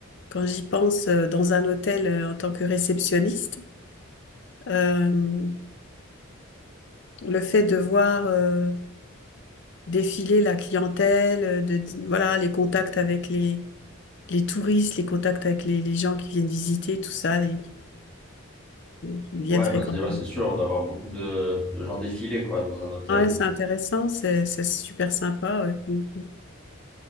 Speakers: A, on the left (about 55°); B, in the centre.
A: quand j'y pense euh, dans un hôtel euh, en tant que réceptionniste, euh, le fait de voir euh, défiler la clientèle, euh, de voilà les contacts avec les les touristes, les contacts avec les, les gens qui viennent visiter, tout ça, les- qui viennent
B: Ouais,
A: fréquenter.
B: bah c'est ouais, c'est sûr, on doit avoir beaucoup de, de gens défiler quoi dans un hôtel.
A: Ouais, c'est intéressant, c'est c'est super sympa. ouais.